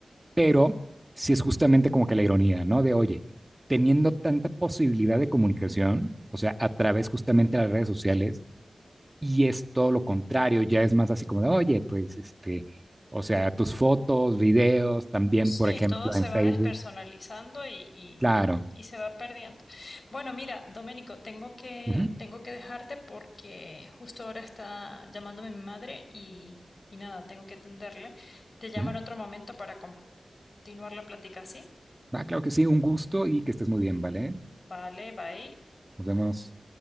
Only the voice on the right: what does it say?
pero si sí es justamente como que la ironía, ¿no? De, oye, teniendo tanta posibilidad de comunicación, o sea, a través justamente de las redes sociales, y es todo lo contrario, ya es más así como de, oye, pues este, o sea, tus fotos, videos, también,
por ejemplo,
en Facebook.
Claro.
Ujú,
ujú.
Ah, claro que sí, un gusto y que estés muy bien, ¿vale?
Nos vemos.